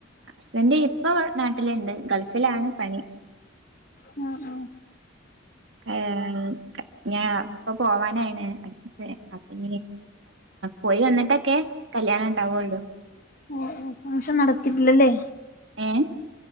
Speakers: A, on the right (about 70°); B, on the left (about 45°).
A: ഹസ്ബൻഡ് ഇപ്പൊ നാട്ടിലുണ്ട് ഗൾഫിലാണ് പണി
B: ഉം ഉം
A: ഏഹ് ഞാൻ ഇപ്പൊ പോവാനായിണ് അപ്പം പോയി വന്നിട്ടൊക്കെ കല്യാണം ഉണ്ടാവുള്ളൂ
B: ഓഹ് ഓഹ് ഫങ്ങ്ഷൻ നടത്തിട്ടില്ലല്ലേ
A: ഏഹ്